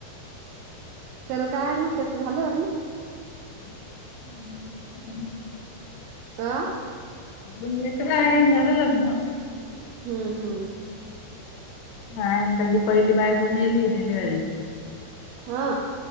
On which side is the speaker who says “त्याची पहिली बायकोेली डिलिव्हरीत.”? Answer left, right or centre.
Left